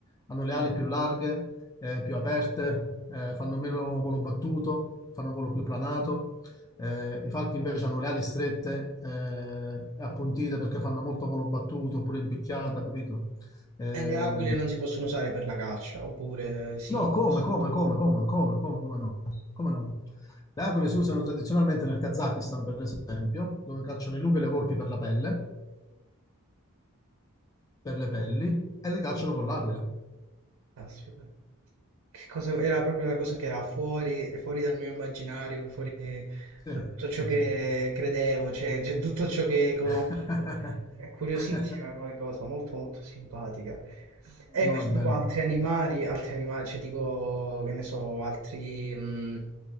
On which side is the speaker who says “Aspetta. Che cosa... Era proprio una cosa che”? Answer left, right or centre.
Right